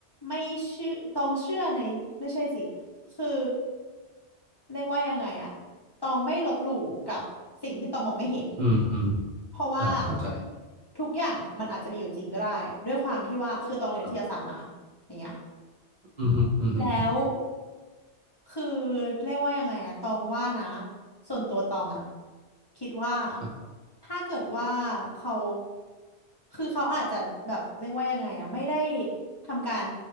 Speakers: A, on the left (about 25°); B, on the right (about 50°).
A: ไม่เชื่อตองเชื่อในไม่ใช่สิคือเรียกว่ายังไงอ่ะตองไม่ลบหลู่กับสิ่งที่ตองมองไม่เห็น
B: อืมอืม
A: เพราะว่า
B: อ่าเข้าใจ
A: ทุกอย่างอ่ะมันอาจจะมีอยู่จริงก็ได้ด้วยความที่ว่าคือตองเรียนวิทยาศาสตร์มา
B: ครับ
A: อย่างเงี้ย
B: อืมฮึอืมฮึ
A: แล้ว คือเรียกว่ายังไงอะตองว่านะส่วนตัวตองอะคิดว่า
B: ครับ
A: ถ้าเกิดว่าเขาคือเขาอาจจะแบบเรียกว่ายังไงอะไม่ได้ทำการ